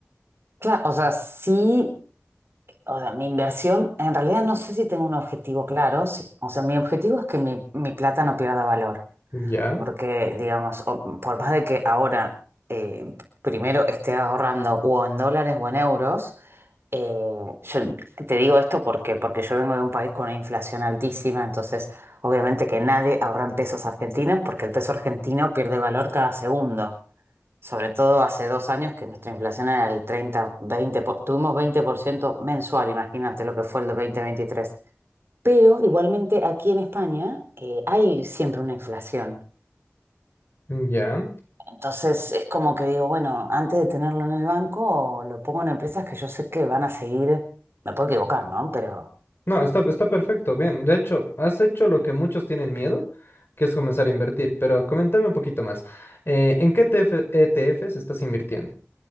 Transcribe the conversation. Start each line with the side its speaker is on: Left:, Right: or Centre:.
Right: Claro, o sea, sí, o sea, mi inversión, en realidad no sé si tengo un objetivo claro. sí. O sea, mi objetivo es que mi, mi plata no pierda valor.
Left: Ya,
Right: Porque, digamos, o- por más de que ahora eh, primero esté ahorrando o en dólares o en euros, Eh, yo te digo esto porque, porque yo vengo de un país con una inflación altísima, entonces obviamente que nadie ahorra en pesos argentinos porque el peso argentino pierde valor cada segundo. Sobre todo hace dos años que nuestra inflación era del 30, 20, po- tuvimos 20% mensual, imagínate lo que fue el dos de veintitrés Pero igualmente aquí en España eh, hay siempre una inflación.
Left: ya.
Right: Entonces es como que digo, bueno, antes de tenerlo en el banco, lo pongo en empresas que yo sé que van a seguir, me puedo equivocar, ¿no? Pero
Left: No, está, está perfecto, bien. De hecho, has hecho lo que muchos tienen miedo, que es comenzar a invertir, pero coméntame un poquito más. Eh, ¿en qué ETF ETFs estás invirtiendo?